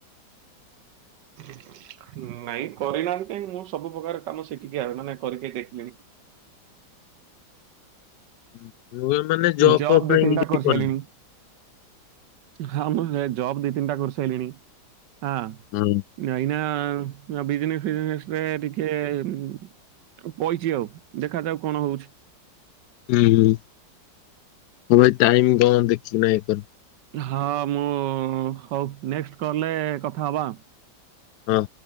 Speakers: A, on the right; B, on the left.
A: <inaudible> ନାଇଁ କରିନାହାନ୍ତି କାଇଁ ମୁଁ ସବୁ ପ୍ରକାର କାମ ଶିଖିକି ଆ ମାନେ କରିକି ଦେଖିଲିଣି।
B: <unintelligible>
A: ଜବ୍
B: ଫବ୍ ପାଇଁ
A: ଦି ତିନିଟା
B: କିଛି
A: କରିସାଇଲିଣି।
B: କରିନି।
A: ହଁ ମୁଁ ଜବ୍ ଦି ତିନିଟା କରିସାଇଲିଣି। ହଁ।
B: ହୁଁ।
A: ନାଇନା ଆ ବିଜିନେସ ଫିଜିନେସ ଏବେ ଟିକେ ପଇଚି ଆଉ, ଦେଖାଯାଉ କଣ ହଉଛି।
B: ହୁଁ। ହଁ ଭାଇ ଟାଇମ୍ ତ ଦେଖିନାଇ ଇଏ କର
A: ହଁ ମୁଁ ହଉ ନେଷ୍ଟ କଲରେ କଥା ହବା।
B: ହଁ।